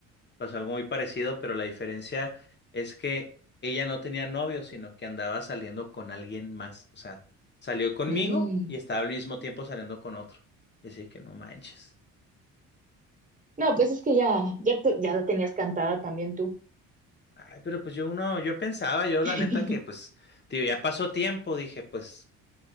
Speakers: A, on the left (about 30°); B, on the right (about 20°).
A: pasó algo muy parecido, pero la diferencia es que ella no tenía novio, sino que andaba saliendo con alguien más. O sea, salió conmigo
B: Mm.
A: y estaba al mismo tiempo saliendo con otro. Y así que no manches.
B: No, pues es que ya, ya, tú- ya la tenías cantada también tú.
A: Ay, pero pues yo uno, yo pensaba, yo
B: <laughs>
A: la neta que pues, tío, ya pasó tiempo, dije, pues